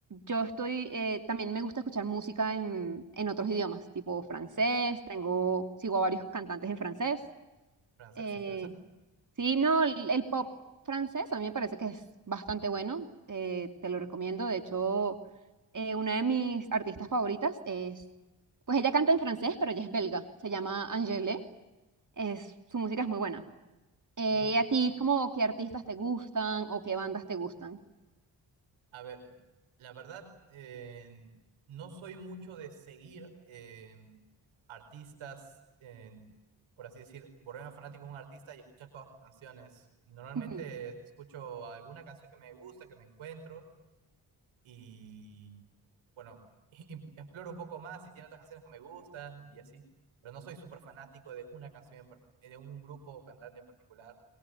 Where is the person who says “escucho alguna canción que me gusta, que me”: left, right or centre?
Right